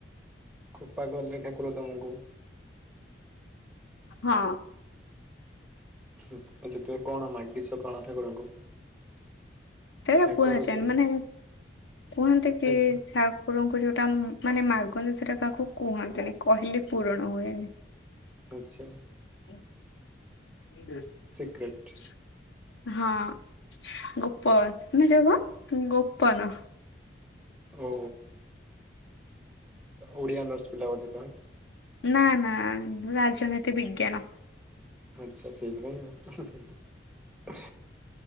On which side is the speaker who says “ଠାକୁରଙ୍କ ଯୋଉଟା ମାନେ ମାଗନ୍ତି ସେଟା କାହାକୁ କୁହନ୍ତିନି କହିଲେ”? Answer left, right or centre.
Left